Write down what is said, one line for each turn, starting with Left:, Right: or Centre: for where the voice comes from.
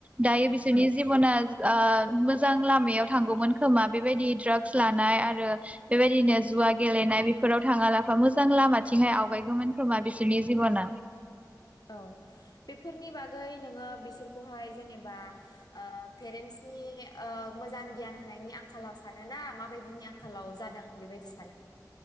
Right: दायो
Left: औ
Right: बिसोरनि जिबना ओ मोजां लामायाव थांगौमोन खोमा बेबायदि ड्राग्स लानाय आरो बेबायदिनो जुवा गेलेनाय बेफोराव थाङा लाफा मोजां लामाथिंहाय आवगायगौमोन खोमा बिसोरनि जिबना।
Left: औ बेफोरनि बागै नोङो बिसोरखौहाय जेनेबा ओ पेरेन्टसनि ओ मोजां गियान होनायनि आंखालाव सानो ना माबायदिनि आंखालाव जादों बेबायदि सानो?